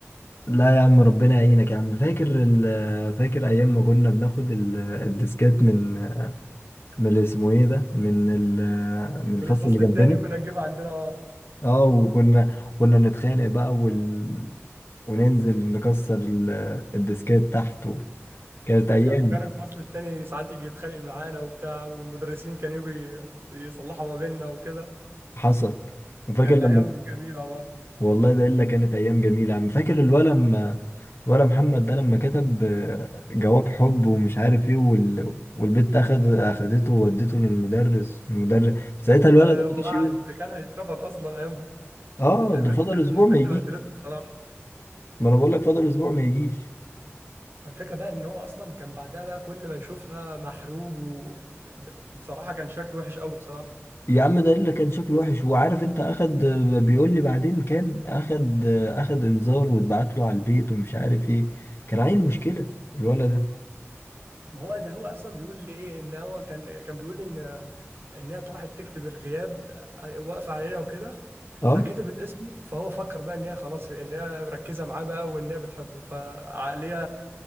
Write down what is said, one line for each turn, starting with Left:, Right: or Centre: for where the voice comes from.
Left: لا يا عم ربنا يعينك يا عم فاكر ال فاكر ايام ما كنا بناخد ال- الديسكات من من اللي اسمه ايه ده من ال من الفصل
Right: من الفصل
Left: اللي جنبنا
Right: التاني كنا نجيب عندنا آه،
Left: اه وكنا كنا نتخانق بقى وال وننزل نكسر ال- الديسكات تحت كانت
Right: كان
Left: ايام
Right: وكان الفصل التاني ساعات يجي يتخانق معانا وبتاع والمدرسين كانوا يجوا ي- يصلحوا ما بيننا وكده
Left: حصل وفاكر
Right: كانت
Left: لما
Right: ايام جميله والله
Left: والله ده الا كانت ايام جميله عم فاكر الولا لما الولا محمد ده لما كتب آه، جواب حب ومش عارف ايه وال... والبت اخد اخدته وودته للمدرس المدرس ساعتها
Right: ده
Left: الولا
Right: ده
Left: ده ما
Right: وقعد
Left: جاش يوم
Right: ده كان هيترفض اصلا ايامها
Left: اه
Right: البت
Left: ده فضل
Right: كان
Left: اسبوع
Right: البت
Left: ما يجيش
Right: بهدلته بصراحه
Left: ما انا بقول لك فضل اسبوع ما يجيش
Right: الفكره بقى ان هو اصلا كان بعدها بقى كل ما يشوفها محروج و ب- بصراحه كان شكله وحش قوي بصراحه
Left: يا عم ده اللي كان شكله وحش وعارف انت اخد بيقول لي بعدين كان اخد اخد انذار واتبعت له على البيت ومش عارف ايه كان عيل مشكله الولد ده
Right: ما هو ده هو اصلا بيقول لي ايه ان هو كان كان بيقول لي ان ان هي طلعت تكتب الغياب آه، واقفه علينا وكده
Left: اه
Right: فكتبت اسمه فهو فكر بقى ان هي خلاص ان هي مركزه معاه بقى وان هي بتحبه فعقليه